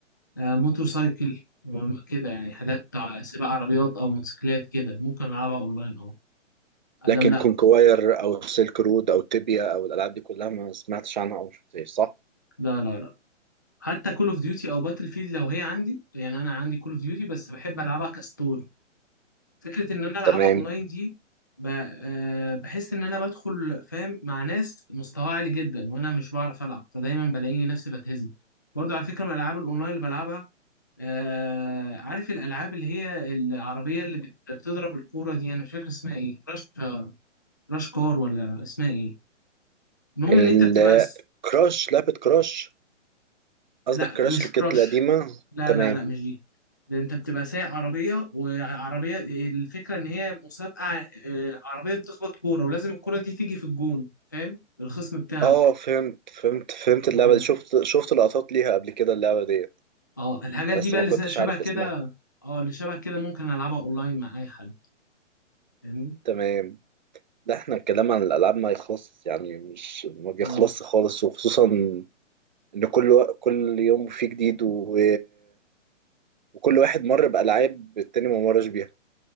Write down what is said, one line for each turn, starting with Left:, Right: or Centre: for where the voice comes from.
Left: آه، موتور سايكل آه، كده يعني حاجات ع- سباق عربيات أو موتوسيكلات كده ممكن ألعبها أونلاين أه أدم
Right: لكن
Left: لا
Right: كونكواير أو سيلك رود أو تيبيا أو الألعاب دي كلها ما سمعتش عنها أو شفتهاش صح؟
Left: لا لا لا حتى كول اوف ديوتي او باتل فيلد لو هي عندي يعني انا عندي كول اوف ديوتي بس بحب العبها كستوري فكره ان انا العبها
Right: تمام
Left: اونلاين دي ب- آه، بحس ان انا بدخل فاهم مع ناس مستواها عالي جدا وانا مش بعرف العب فدايما بلاقيني نفسي بتهزم برضو على فكره من الالعاب الاونلاين اللي بلعبها آه عارف الالعاب اللي هي العربيه اللي بت- بتضرب الكوره دي انا مش فاكر اسمها ايه راش راش كار ولا اسمها ايه المهم
Right: الكراش
Left: ان انت بتبقى س-
Right: لعبة كراش قصدك
Left: لا
Right: كراش
Left: مش
Right: اللي
Left: كراش
Right: كانت القديمة
Left: لا
Right: تمام
Left: لا لا مش دي ده انت بتبقى سايق عربيه وعربيه الفكره ان هي مسابقه آه، عربيه بتخبط كوره ولازم الكوره دي تيجي في الجون فاهم الخصم بتاعك
Right: اه فهمت فهمت فهمت اللعبة
Left: ايوه
Right: دي شفت شفت لقطات ليها قبل كده اللعبة دي
Left: اه الحاجات
Right: بس
Left: دي بقى
Right: ما
Left: اللي
Right: كنتش
Left: زي- شبه
Right: عارف اسمها
Left: كده اه اللي شبه كده ممكن العبها اونلاين مع اي حد فاهمني
Right: تمام ده احنا الكلام عن الألعاب ما يخلص يعني مش ما بيخلصش
Left: اه
Right: خالص وخصوصا إن كل و... كل يوم فيه جديد و... وكل واحد مر بألعاب التاني ما مرش بيها